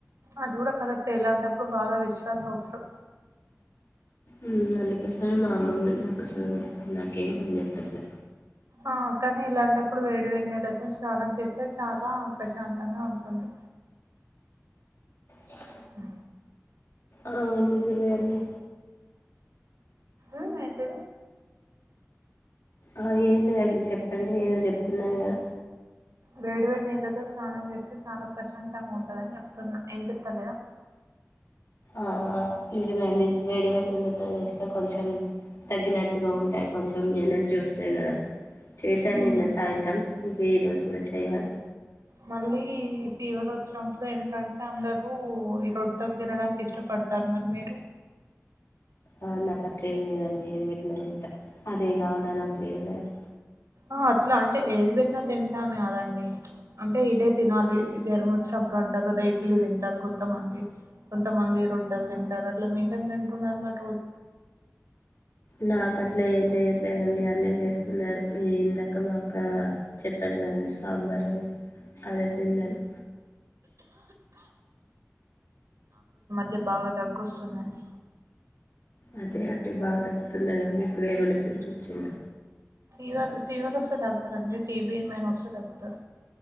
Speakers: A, on the right (about 80°); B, on the left (about 75°).
A: అది కూడా కరెక్టే ఇలాంటప్పుడు బాగా విశ్రాంతి అవసరం
B: ఉ అందుకోసమే మా అమ్మ కూడ నీ కోసం పనులు నాకు ఏం చెప్పట్లే
A: ఆ కానీ ఇలాంటప్పుడు వేడి వేడి నీలతో స్నానం చేస్తే చాలా ప్రశాంతంగా ఉంటుంది
B: ఆ
A: ఆ
B: ఆ నిజమే అండి
A: అమ్మ యేదే
B: ఆ ఎమ్లేదండి చెప్పండి ఏదో చెప్తున్నారు కదా
A: వేడి వేడి నీళ్లతో స్నానం చేస్తే చాలా ప్రశాంతంగా ఉంటదని చెప్తున్నా ఇన్పిత్తలేదా
B: ఆ నిజమే అండి వేడి వేడి నీళ్ళతో చేస్తే కొంచెం తగ్గినట్టుగా ఉంటాయి కొంచెం ఎనర్జీ వస్తు అంతేకదా చేశాను
A: ఉమ్
B: నిన్న సాయంత్రం ఇంక ఈ రోజు మల్ల చేయాలి
A: మళ్ళీ ఫీవర్ ఓ వచ్చినప్పుడు ఏంటంటే అందరు ఈ రొట్టెలు తినడానికి ఇష్టపడతారు మరి మీరు
B: అ నాకు అట్లేం లేదండి ఏది పెట్టిన తింట అదే కావాలని అట్లే ఏం లేదు
A: ఆ అట్లా అంటే ఏది పెట్టినా తింట అని కాదండి వి అంటే ఇదే తినాలి జ్వరం వచ్చినప్పుడు అంటారు కదా ఇడ్లీ తింటారు కొంతమంది కొంతమంది రొట్టెలు తింటారు అట్లా మీరేం తింటున్నారు మరి తీ
B: నాక ట్లా ఏం చేయట్లేదండి అన్న ఏం చేస్తున్నారు ఇందాక మాక్క చెప్పాను కదండి సాంబార్ అని అదే తినన్ను
A: అే బాగా తగ్గొస్తుందండి
B: అదే అంటే బాగా దగ్కుతుందిదమ్ మీ ఇప్పుడ ఏమైనా ఫీవర్ వచ్చింద
A: ఫవర్ ఫీవర్ వస్తే తగ్గరండి టీబి ఏమైన్ వస్తే తగ్గతారు